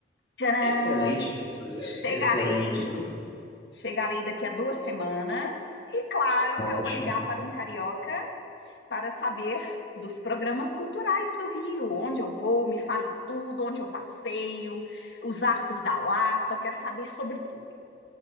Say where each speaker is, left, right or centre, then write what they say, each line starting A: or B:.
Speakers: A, on the left; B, on the left.
A: Tcharam!
B: Excelente escolha,
A: Chegarei,
B: excelente escolha.
A: chegarei daqui a duas semanas e claro
B: Ótimo.
A: que eu vou ligar para um carioca para saber dos programas culturais do Rio, onde eu vou, me fale tudo, onde eu passeio, os arcos da Lapa, quero saber sobre tudo.